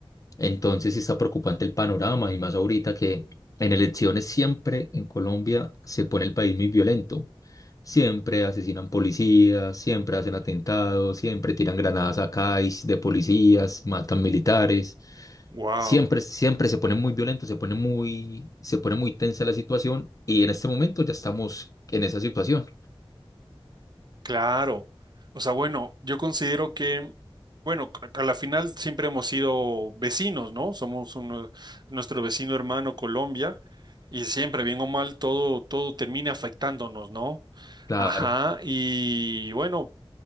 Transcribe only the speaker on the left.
Entonces sí está preocupante el panorama y más ahorita que en elecciones siempre en Colombia se pone el país muy violento. Siempre asesinan policías, siempre hacen atentados, siempre tiran granadas a CAIS de policías, matan militares.
Siempre, siempre se pone muy violento, se pone muy, se pone muy tensa la situación y en este momento ya estamos en esa situación.
Claro.